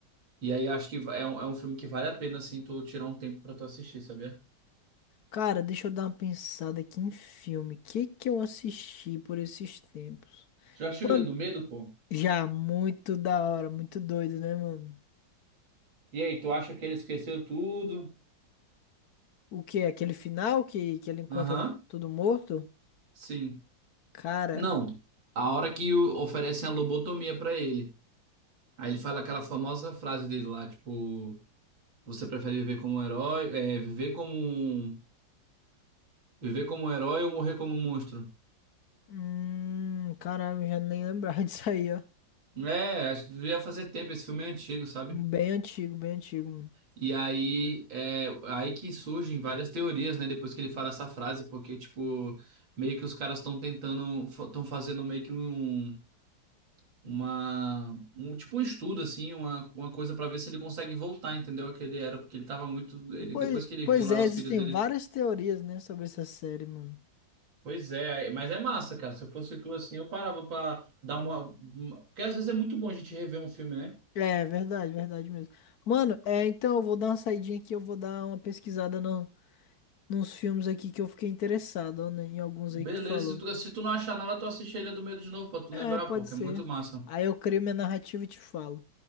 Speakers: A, on the right (about 85°); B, on the left (about 60°).
A: E aí acho que va- é um, é um filme que vale a pena, assim, tu tirar um tempo pra tu assistir, sabia?
B: Cara, deixa eu dar uma pensada aqui em filme. O que que eu assisti por esses tempos?
A: Já assistiu
B: Mano,
A: Ilha do Medo, pô?
B: já muito da hora, muito doido, né, mano?
A: E aí, tu acha que ele esqueceu tudo?
B: O que? Aquele final que, que ele encontra
A: Aham,
B: tudo morto?
A: sim.
B: Cara,
A: Não, a hora que o- oferecem a lobotomia pra ele. Aí ele fala aquela famosa frase dele lá, tipo, você prefere viver como um herói, é, viver como um, viver como um herói ou morrer como um monstro?
B: hum, caralho, eu já nem lembrava <laughs> disso aí, ó.
A: É, acho que devia fazer tempo, esse filme é antigo, sabe?
B: Bem antigo, bem antigo, mano.
A: E aí, é, aí que surgem várias teorias, né, depois que ele fala essa frase, porque, tipo, meio que os caras estão tentando, estão fazendo meio que um uma um tipo um estudo assim, uma, uma coisa pra ver se ele consegue voltar, entendeu? O que ele era, porque ele tava muito, ele
B: Pois,
A: depois que ele
B: pois
A: viu lá
B: é,
A: os
B: existem
A: filhos dele.
B: várias teorias, né, sobre essa série, mano.
A: Pois é, aí- mas é massa, cara. Se eu fosse tu assim, eu parava pra dar uma, uma- porque às vezes é muito bom a gente rever um filme, né?
B: É verdade, verdade mesmo. Mano, é, então eu vou dar uma saidinha aqui, eu vou dar uma pesquisada no, nos filmes aqui que eu fiquei interessado, ó, né, em alguns
A: Beleza,
B: aí que tu falou.
A: se tu, se tu não achar nada, tu assiste a Ilha do Medo de novo pra tu
B: É,
A: lembrar,
B: pode
A: pô, que
B: ser.
A: é muito massa.
B: Aí eu crio minha narrativa e te falo.